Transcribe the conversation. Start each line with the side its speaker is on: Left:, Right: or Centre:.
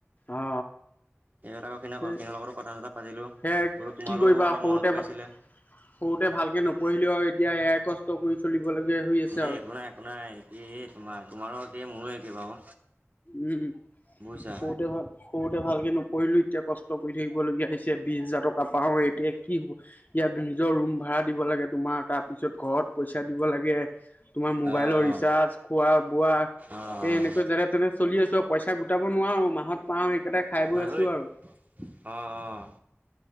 Left: অ
Right: সিহঁত আকৌ কেনেকুৱা
Left: সেই
Right: সিহঁতৰ লগতো থা পাতিলো
Left: সেয়া
Right: বোলো তোমালও
Left: কি কৰিবা
Right: অলপ
Left: সৰুতে
Right: মনত পৰি আছিলে।
Left: সৰুতে ভালকে নপঢ়িলো আৰু এতিয়া এয়াই কষ্ট কৰি চলিবলগীয়া হৈ আছে
Right: এই
Left: আৰু।
Right: একো নাই একো নাই, তোমাৰ তোমাৰো একে মোৰো একে বাৰু।
Left: উম, উ,
Right: বুজিছা
Left: সৰুতে ভাল সৰুতে তে ভালকে নপঢিলো এতিয়া কষ্ট কৰি থাকিব লগীয়া হৈছে, বিশ হাজাৰ টকা পাও এতিয়া কি হ'ব ইয়াত নিজৰ ৰুম ভা়ড়া দিব লাগে তোমাৰ তাৰ পিছত ঘৰত পইচা দিব লাগে, তোমাৰ মোবাইলৰ
Right: অ',
Left: ৰিচাৰ্জ, খোৱা বোৱা
Right: অ', অ',
Left: সেই এনেকেই যেনে তেনে চলি আছো আৰু পইচা গোটাব নোৱাৰো মাহত পাওঁ সেইকেইটা খাই বৈ
Right: হ <unintelligible>
Left: আছো
Right: ই
Left: আৰু।
Right: অ', অ',